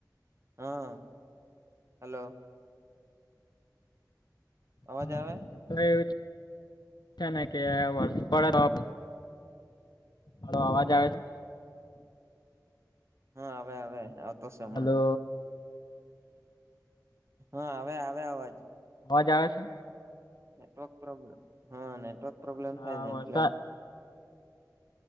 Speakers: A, on the right; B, on the left.
A: હા હલો અવાજ
B: હા
A: આવે
B: તો એવું છે ને કે વર્ષ પડે તો હો અવાજ આવે છે
A: હા આવે આવે આવતો હમણાં
B: હલો
A: હા આવે આવે અવાજ
B: અવા જવા છે
A: નેટવર્ક પ્રોબ્લેમ હા નેટવર્ક પ્રોબ્લેમ
B: હા
A: થાય ને
B: વરસાદ
A: એટલે